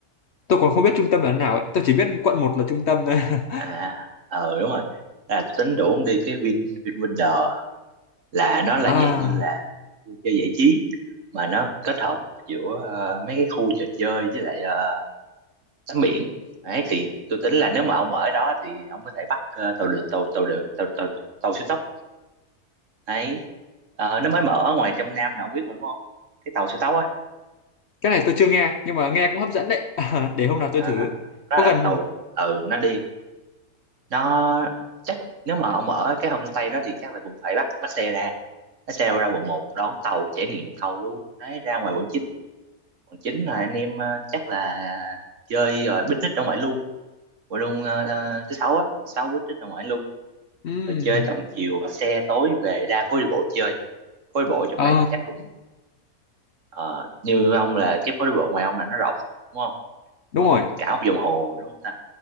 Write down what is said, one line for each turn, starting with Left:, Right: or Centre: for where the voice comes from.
Left: Tôi còn không biết trung tâm là nào ấy. Tôi chỉ biết quận một là trung tâm thôi. <laughs>
Right: à ờ đúng rồi là tính đủ ông đi cái Vin VinWonder là nó là
Left: À,
Right: dạng như là vui chơi giải trí mà nó kết hợp giữa ờ, mấy cái khu trò chơi với lại ờ, tắm biển đấy thì tôi tính là nếu mà ông ở đó thì ông có thể bắt ờ, tàu lượt tàu tàu được tàu tàu, tàu siêu tốc đấy Ờ, nó mới mở ở ngoài trong Nam là ông biết mà đúng không cái tàu siêu tốc á
Left: cái này tôi chưa nghe, nhưng mà nghe cũng hấp dẫn đấy. <laughs> À, Để hôm nào tôi
Right: à,
Left: thử.
Right: đó
Left: Có
Right: là
Left: cần...
Right: tàu ừ nó đi nó chắc nếu mà ông ở cái homestay đó thì chắc là cũng phải bắt bắt xe ra bắt xe ra quận một đón tàu trải nghiệm tàu luôn đấy ra ngoài quận chín quận 9 là anh em ờ, chắc là chơi rồi picnic ở ngoài luôn ngoài luôn ờ, ờ, thứ sáu á thứ sáu picnic ở ngoài luôn
Left: ừm,
Right: rồi chơi tầm chiều bắt xe tối về ra phố đi bộ chơi phố đi bộ trong
Left: ờ,
Right: đây thì chắc cũng ờ, như ông là cái phố đi bộ ngoài ông là nó rộng đúng không
Left: đúng
Right: nó mà
Left: rồi,
Right: cả một vòng hồ mà, đúng không ta